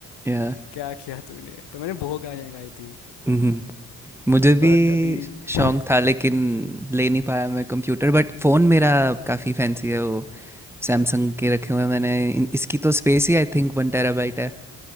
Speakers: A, in the centre; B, on the left (about 60°).
A: या
B: <laughs> क्या किया तूने तो मैंने बहुत गालियाँ खाई थी
A: हम्म, मुझे भी
B: बट अभी
A: शौक
B: <laughs>
A: था लेकिन ले नहीं पाया मैं कंप्यूटर बट फोन मेरा काफी फैंसी है वो सैमसंग के रखे हुए हैं मैंने इन- इसकी तो स्पेस ही आई थिंक वन टेराबाइट है